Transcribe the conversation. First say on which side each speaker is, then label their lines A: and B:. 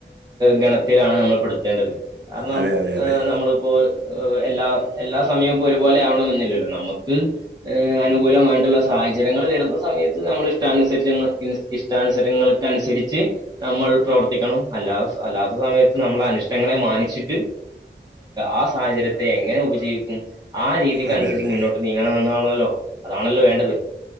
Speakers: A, on the right; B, on the right.
A: ഗണത്തിലാണ് നമ്മൾ പെടുത്തേണ്ടത് കാരണം
B: അതെ അതെ അതെ
A: നമ്മളിപ്പോ എല്ലാ എല്ലാ സമയവും ഇപ്പൊ ഒരുപോലെ ആവണം എന്നില്ലല്ലോ നമുക്ക് ഹ് അനുകൂലമായിട്ടുള്ള സാഹചര്യങ്ങൾ വരുന്ന സമയത്ത് നമ്മൾഷ്ട ഇഷ്ടാനുസ ഇഷ്ടാനുസരങ്ങൾക്ക അനുസരിച്ച് നമ്മൾ പ്രവർത്തിക്കണം അല്ലാ അല്ലാത്ത സമയത്ത് നമ്മൾ അനിഷ്ടങ്ങളെ മാനിച്ചിട്ട് ആ സാഹചര്യത്തെ എങ്ങനെ ഉപജീവിക്കും ആ രീതിക്ക
B: അതെ
A: അനുസരിച്ച്
B: അതെ
A: മുന്നോട്ട് നീങ്ങണ വന്നാണല്ലോ അതാണല്ലോ വേണ്ടത്